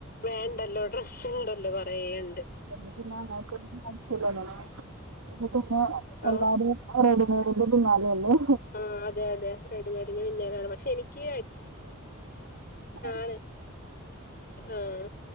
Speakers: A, on the left; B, on the right.
A: വേണ്ടല്ലോ ഡ്രസ്സ് ഉണ്ടല്ലോ കൊറെ ഉണ്ട്
B: എങ്കി പിന്നെ മോൾക്ക് വേണ്ടി <unintelligible> എങ്കി പിന്നെ
A: ഓഹ്
B: എല്ലാരും റെഡിമേഡിന്റെ പിന്നാലെ അല്ലെ
A: ആഹ് അതെ അതെ റെഡിമെയ്ഡിന് പിന്നാലാണ് പക്ഷെ എനിക്ക്
B: <inaudible>
A: ള് ആഹ്